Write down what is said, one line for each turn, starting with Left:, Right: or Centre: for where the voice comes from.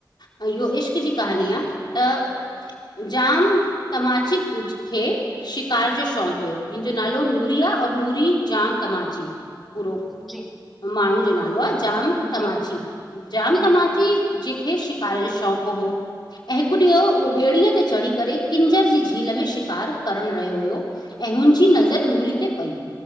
Left: अय इहो इशक इश्क जी कहानी आ त जाम तमाची खे शिकार जो शौंक़ हुयो, जिंजो नालो नूर प्रिया और नूरी जाम तमाची पूरो
Centre: जी
Left: माण्हूं जो नालो आ जाम तमाची
Centre: जी
Left: जाम
Centre: जी
Left: तमाची जेंखे शिकार जो शौंक़ हो, ऐं हिक ॾींहं उहो ॿेड़ीअ ते चढ़ी करे किंजर जी झील में शिकार करण रहियो हुयो, ऐं हुन जी नज़र नूरी ते पई,